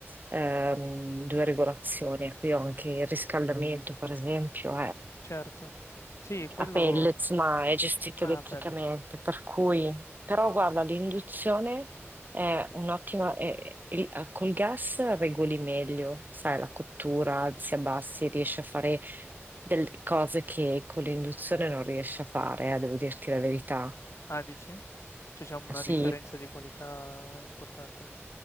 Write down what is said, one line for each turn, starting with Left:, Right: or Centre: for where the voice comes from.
Right: ehm, due regolazioni. Qui ho anche il riscaldamento, per esempio,
Left: Certo. Sì, quello
Right: a pellets, ma è gestito
Left: ah,
Right: elettricamente,
Left: pellet.
Right: per cui...
Left: Okay.
Right: Però guarda, l'induzione è un'ottima... è- il- eh, col gas regoli meglio, sai, la cottura, alzi e abbassi, riesci a fare delle cose che con l'induzione non riesci a fare, eh, devo dirti la verità.
Left: Ah, dici? Cioè c'è una
Right: Sì,
Left: differenza di qualità importante?